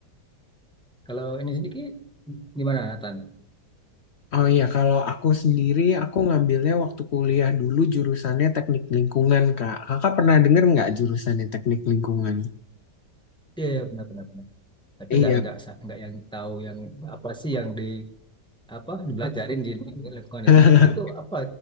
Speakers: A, in the centre; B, on the left (about 65°).
A: Kalau ini sedikit gimana Nathan?
B: Oh iya, kalau aku sendiri, aku ngambilnya waktu kuliah dulu jurusannya teknik lingkungan, Kak. Kakak pernah denger nggak jurusannya teknik lingkungan?
A: Iya, iya, benar-benar. tapi
B: Iya,
A: nggak nggak sa- nggak yang tahu yang apa sih yang di apa dibelajarin di lingkungan
B: <laughs>
A: itu itu apa